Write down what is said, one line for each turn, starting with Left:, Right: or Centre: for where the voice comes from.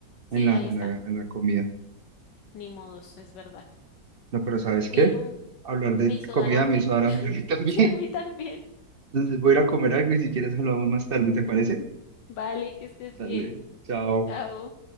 Left: Sí,
Right: en la,
Left: ahí
Right: en
Left: está.
Right: la, en la comida.
Left: Ni modos, es verdad.
Right: No, pero ¿sabes
Left: Bueno,
Right: qué? Hablar de
Left: me hizo
Right: comida
Left: dar hambre.
Right: me hizo dar
Left: <laughs>
Right: hambre a mí también.
Left: Sí, a mí también.
Right: <laughs> Entonces voy a ir a comer algo y si quieres hablamos más tarde, ¿te parece?
Left: <laughs> Vale, que estés
Right: Dale,
Left: bien.
Right: chao.
Left: Chao.